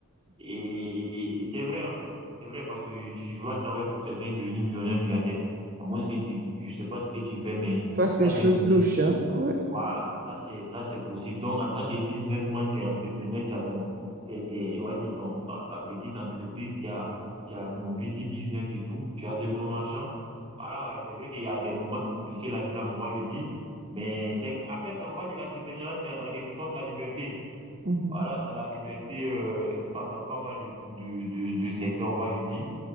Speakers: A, on the right; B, on the right.
A: Et c'est vrai, en fait. C'est vrai parce que tu vas travailler pour quelqu'un et devenir millionnaire, milliardaire. À moins que tu, je sais pas ce que tu fais, mais
B: Toi, c'est des
A: ça, c'est
B: choses
A: impossible.
B: louches, hein? ouais.
A: Voilà, ça c'est ça c'est possible. Donc en tant que businessman, tu es entrepreneur, tu as ton t'es, t'es, ouais, dis ton ta, ta petite entreprise, tu as tu as ton petit business et tout, tu as de ton argent. Voilà, c'est vrai qu'il y a des moments compliqués là-dedans, on va le dire, mais c'est en fait là, on va dire l'entrepreneuriat c'est en quelque sorte la liberté.
B: Mhm,
A: Voilà, c'est la liberté euh, pas- dans pas mal de de de, de secteurs, on va le dire.